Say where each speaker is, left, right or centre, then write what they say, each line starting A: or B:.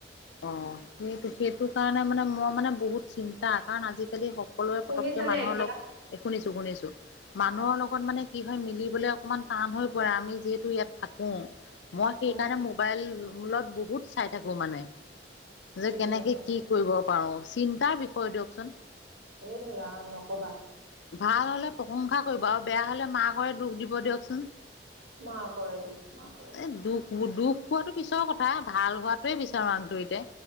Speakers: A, on the left (about 85°); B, on the right (about 70°).
A: অঁ' সেইটো সেইটো কাৰণে মানে মই মানে বহুত চিন্তা কাৰণ আজিকালি সক সকলোৱে
B: শুনিছানে
A: পতককে মানুহৰ
B: এতিয়া
A: লগ শুনিছো শুনিছো মানুহৰ
B: অ
A: লগত মানে কি হয় মিলিবলৈ অকমান টান হৈ পৰে আমি যিহেতু ইয়াত থাকোঁ মই সেই
B: উম,
A: কাৰণে মোক মোবাইল মূলত বহুত চাই থাকো মানে। যে
B: কেলে
A: কেনেকে
B: নহয়নো
A: কি কৰিব পাৰো চিন্তাৰ বিষয়ে দিয়কচোন।
B: এ ৰাম নকবা।
A: ভাল হলে প্ৰশংসা কৰিব আৰু বেয়া হলে মাকৰে দুখ দিব দিয়কচোন।
B: মাকৰে দুখ মাকৰে দুখ।
A: এ দুখ দুখ পোৱাটো পিছৰ কথা ভাল হোৱাটোৱে বিচাৰো আন্তৰিতে